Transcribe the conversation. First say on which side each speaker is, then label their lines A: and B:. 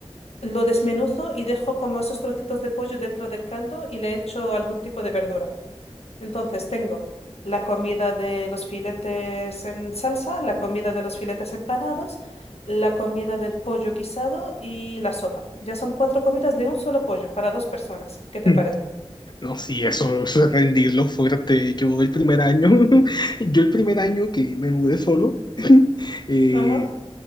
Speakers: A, on the left; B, on the left.
A: lo desmenuzo y dejo como esos trocitos de pollo dentro del caldo y le echo algún tipo de verdura. Entonces tengo la comida de los filetes en salsa, la comida de los filetes empanados, la comida del pollo guisado y la sopa. Ya son cuatro comidas de un solo pollo para dos personas. ¿Qué te
B: <laughs>
A: parece?
B: No, sí, eso, eso es rendirlo fuerte. Yo el primer año, <laughs> yo el primer año que me mudé solo, <laughs> eh,
A: Ajá.